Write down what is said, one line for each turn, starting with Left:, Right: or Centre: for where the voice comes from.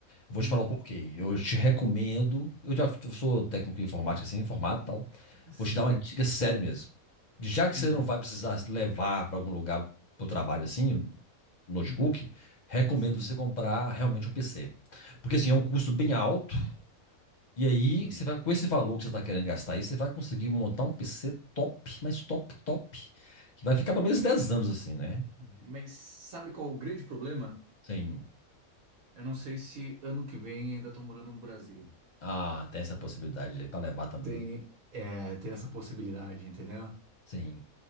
Left: Vou
Right: Hum.
Left: te falar o porquê. Eu te recomendo. Eu já eu sou técnico em informática, assim, formado e tal.
Right: Sim.
Left: Vou te dar uma dica séria mesmo. Já que
Right: Hum.
Left: você não vai precisar levar para algum lugar para o trabalho, assim, notebook,
Right: Hum.
Left: recomendo
Right: Sim.
Left: você comprar realmente um PC. Porque, assim, é um custo bem alto. E aí,
Right: Sim.
Left: você vai, com esse valor que você está querendo gastar aí, você vai conseguir montar um PC top, mas top, top. Que vai ficar pelo menos 10 anos, assim, né?
Right: Mas sabe qual é o grande problema?
Left: Sim.
Right: Eu não sei se ano que vem ainda tô morando no Brasil.
Left: Ah, tem essa possibilidade aí para levar também.
Right: Tem, é, tem essa possibilidade, entendeu?
Left: Sim.